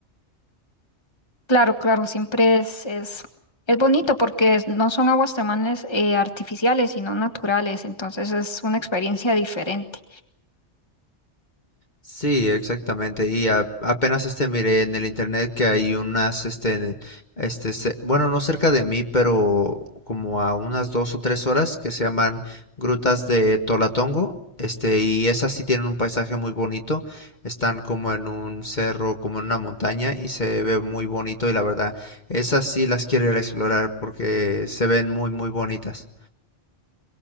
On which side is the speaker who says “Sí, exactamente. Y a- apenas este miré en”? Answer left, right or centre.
Left